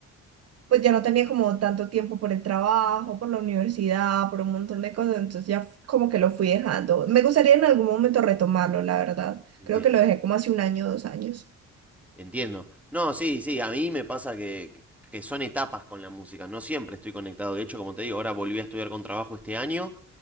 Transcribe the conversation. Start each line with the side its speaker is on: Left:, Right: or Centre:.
Right: pues ya no tenía como tanto tiempo por el trabajo, por la universidad, por un montón de cosas, entonces ya f- como que lo fui dejando. Me gustaría en algún momento retomarlo, la verdad.
Centre: Entiendo.
Right: Creo que lo dejé como hace un año, dos años.
Centre: Entiendo. No, sí, sí, a mí me pasa que, que son etapas con la música, no siempre estoy conectado. De hecho, como te digo, ahora volví a estudiar con trabajo este año